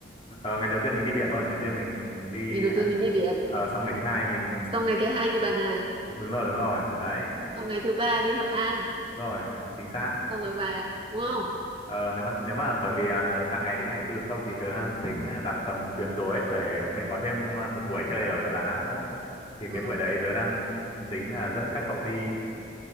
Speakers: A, on the left; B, on the right.
A: Ờ, ngày đầu tiên mình đi biển thôi, ngày đầu tiên mình đi
B: ngày đầu
A: ăn
B: tiên mình đi biển
A: ờ, xong ngày thứ hai mình
B: xong ngày thứ hai đi Bà Nà
A: đúng rồi đúng rồi. Đấy,
B: xong ngày thứ ba đi Hội An
A: đúng rồi, chính xác.
B: xong rồi về đúng không
A: Ờ, nếu mà nếu mà bởi vì à, sang ngày đến ngày tư không thì tớ đang tính đặt tầm chuyến tối ấy, để mình có thêm à, một buổi chơi ở Đà Nẵng nữa. Thì
B: ừ,
A: cái buổi đấy tớ đang tính là dẫn các cậu đi